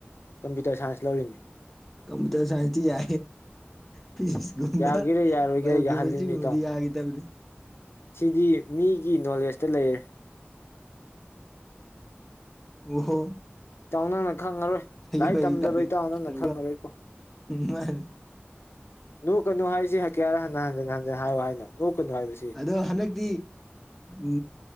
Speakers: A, on the left; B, in the centre.
A: ꯀꯝꯄ꯭ꯌꯨꯇꯔ ꯁꯥꯏꯟꯁ ꯂꯧꯔꯤꯃꯤ
B: ꯀꯝꯄꯨꯇꯔ ꯁꯥꯏꯟꯁꯇꯤ ꯌꯥ ꯐꯤꯖꯤꯛꯁꯀꯨꯝꯕ
A: ꯌꯥꯒꯦꯔꯥ ꯌꯥꯔꯣꯏꯒꯦꯔꯥ
B: ꯕꯥꯏꯑꯣ ꯀꯦꯃꯤꯁꯇ꯭ꯔꯤꯒꯨꯝꯕꯗꯤ
A: ꯌꯥꯍꯜꯂꯤꯕꯅꯤ ꯏꯇꯥꯎ
B: ꯌꯥꯈꯤ ꯇꯕꯅꯤ
A: ꯁꯤꯗꯤ ꯃꯤꯒꯤ ꯅꯣꯂꯦꯖꯇ ꯂꯩꯔꯦ
B: ꯑꯣꯍꯣ
A: ꯏꯇꯥꯎ ꯅꯪꯅ ꯈꯪꯉꯔꯣꯏ
B: ꯑꯩ
A: ꯂꯥꯏꯔꯤꯛ
B: ꯐ
A: ꯇꯝꯗꯕ
B: ꯇ
A: ꯏꯇꯥꯎ ꯅꯪꯅ
B: ꯇ
A: ꯈꯪꯉꯔꯣꯏꯀꯣ
B: ꯃꯥꯅꯤ <inaudible>
A: ꯨ ꯀꯅꯨ ꯍꯥꯏꯁꯤ ꯍꯥꯏ ꯀꯌꯥꯔ ꯍꯟ ꯍꯟꯖꯤꯟ ꯍꯟ ꯍꯥꯏ ꯍꯥꯏꯅꯣ ꯅꯣꯛꯀꯅꯨ ꯍꯥꯏꯕꯁꯤ
B: ꯑꯗꯣ ꯍꯟꯗꯛꯇꯤ ꯎ